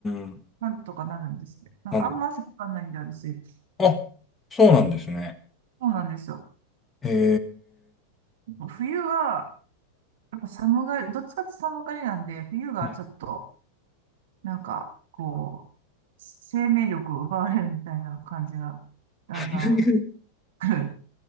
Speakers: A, on the left; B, on the right.
A: ん、
B: なんとかなるんですね。なんかあんま汗かかないんで、
A: なんで、
B: 私。
A: あ、そうなんですね。
B: そうなんですよ。
A: へ
B: 冬が、やっぱ寒がり、どっちかって寒がりなんで、冬がちょっと、
A: え。
B: なんか、こう、生命力を奪われるみたいな感じが、だんだん
A: <laughs>
B: 来る。